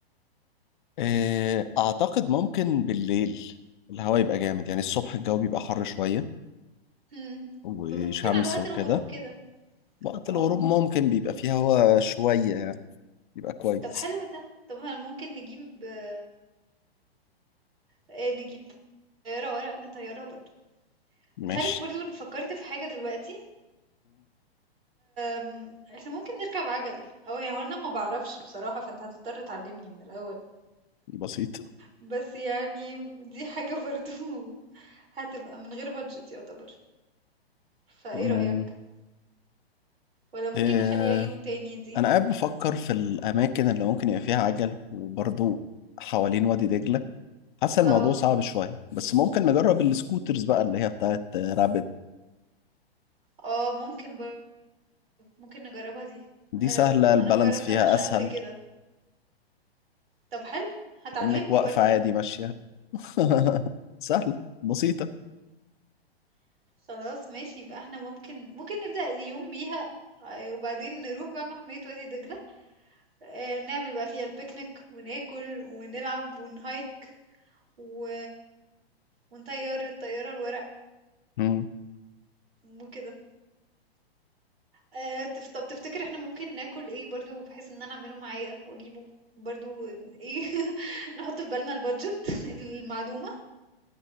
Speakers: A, on the left; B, on the right.
A: إيه، اعتقد ممكن بالليل الهواء يبقى جامد يعني الصبح الجو بيبقى حر شويه
B: هم.
A: وشمس
B: فممكن على وقت
A: وكده
B: الغروب كده
A: وقت
B: اه
A: الغروب ممكن بيبقى فيه هواء شويه يعني بيبقى كويس
B: طب حلو ده طب انا ممكن نجيب آه نجيب طيارة ورق نطيرها برضو
A: ماشي
B: انت عارف برضو إن فكرت في حاجة دلوقتي أم، احنا ممكن نركب عجل او يعني هو انا ما بعرفش بصراحة فانت هتضطر تعلمني من الاول
A: بسيط
B: بس يعني دي حاجة برضو <laughs> هتبقى من غير بادجت يعتبر فايه
A: أمم.
B: رأيك ولا ممكن
A: آه،
B: نخليها يوم تاني دي
A: أنا قاعد بفكر في الأماكن اللي ممكن يبقى فيها عجل وبرضو حوالين وادي دجلة حاسس الموضوع
B: اه
A: صعب شوية بس ممكن نجرب السكوترز بقى اللي هي بتاعت آه، رابت
B: اه ممكن بر... ممكن نجربها دي
A: دي
B: أم،
A: سهلة البالانس
B: انا مجربتهاش
A: فيها أسهل
B: قبل كده طب حلو هتعلمني
A: كأنك واقفة
B: برضو
A: عادي ماشية <laughs> سهلة بسيطة
B: خلاص ماشي يبقى احنا ممكن ممكن نبدأ اليوم بيها آه، وبعدين نروح بقى محمية وادي دجلة آه، نعمل بقى فيها البيكنيك وناكل ونلعب ونهايك و... ونطير الطيارة الورق
A: أمم.
B: وكده آه، تف- طب تفتكر احنا ممكن ناكل ايه برضو بحيث ان انا اعمله معايا واجيبه برضو ايه <laughs> نحط في بالنا البادجت <laughs> المعدومة